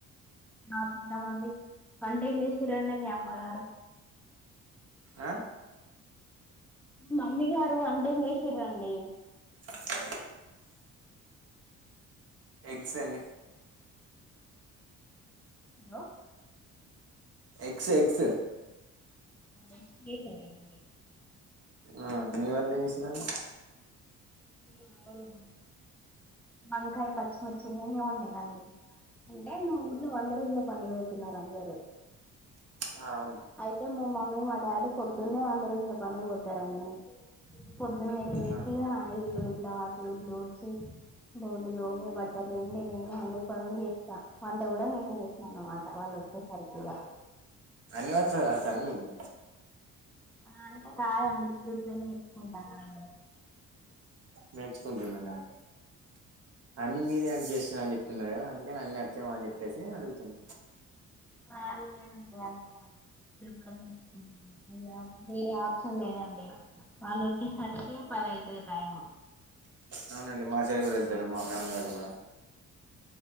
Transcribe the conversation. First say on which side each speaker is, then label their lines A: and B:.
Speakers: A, in the centre; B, on the right.
A: నా తన్నామంది వంటేంసేసిరండి, మీ అమ్మగారు
B: ఆ
A: మమ్మీ గారు వంటేం చేసిరండి.
B: <inaudible> ఎగ్స్ అండి
A: లో
B: ఎక్స్ ఎక్స్
A: ఏక్కిస్ అండి
B: ఆ మీ వాళ్ళెం చేసినండి
A: మా వాళ్ళా వంకాయ పచ్చిమిర్చి నేనేవండినండి, అంటే మా ఊళ్లో వందరోజులో పనిపోతున్నారు అందరు
B: ఆ అవును
A: అయితే మా మమ్మీ మా డాడీ పొద్దున్నే వంద రోజుల పని పోతారండి, పొద్దున్నే ఏసి
B: ఆ
A: ఆయిల్లు ఇట్లా వాకి ఇట్లుడ్చి బోలు దోమి బట్టలపిండి నేనే అన్ని పనులు చేస్తా, వంట కూడా నేనే చేస్నా అనమాట వాళ్ళు వచ్చే సరికి
B: అన్ని వర్క్స్ అత్తంన్ మీకు
A: అంటే రాదండి, ఇప్పుడే ఇప్పుడే నేర్చుకుంటానాండి.
B: నేర్చుకుంటున్నా నేను అన్ని మీరే ఏం చేస్ అని చెప్తున్నారా, అందుకే నన్ని అచ్చమో అని చెప్పేసి అడుగుతున్
A: వాల్యు లేదండి, <unintelligible> ఇప్పుడే పని ఎక్కువుంది. వేరే ఆప్షన్ లేదండి వాళ్ళు వచ్చేసరికే పది అయితది టైము
B: అవునండి, మా సైడ్ కూడా ఎళ్తారు మా ఫ్యామిలీ వాళ్ళు కూడా